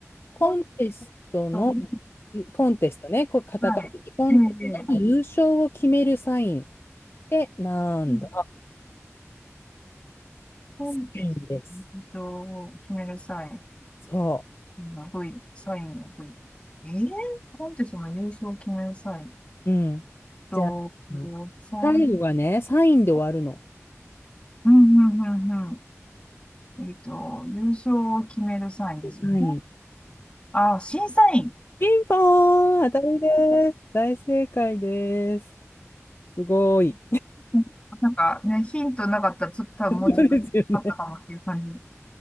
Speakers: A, on the left; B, on the left.
A: コンテストの、
B: コンテストに、
A: いコンテストね、こうカタカナでコンテストの優勝を決めるサインっ
B: はい。ええ、ええ
A: てなんだ
B: うん。コンテストの優勝を決める際
A: サインです。そ
B: の V、サインの V。ええ、コンテストの優勝を決める際。
A: う。うん。
B: と、
A: じゃあ、
B: さん
A: 最後がね、サインで終わるの。
B: うんうんうんうん。えっと、優勝を決めるサインですよね。
A: サイン。
B: あ、審査員。
A: ピンポーン当たりです。大正解です。すごい。
B: うんなんかね、ヒントなかったら、ちょっと多分もうちょっとあったかもっていう感じ。
A: そうですよね。